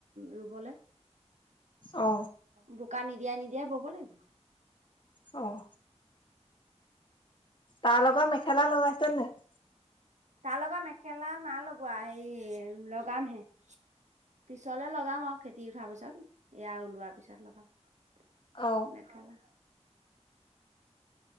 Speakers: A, on the right; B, on the left.
A: ৰুবলৈ।
B: অ
A: বোকা নিদিয়াই নিদিয়াই বব লাগিব।
B: অ' তাৰ লগত মেখেলা লগাইছে নাই।
A: তাৰ লগৰ মেখেলা নাই লগোৱা লগাম হে। পিছলে লগাম আৰু খেতি উঠাৰ পিছত এয়া ওলোৱাৰ পিছত লগাম
B: অ'
A: মেখেলা-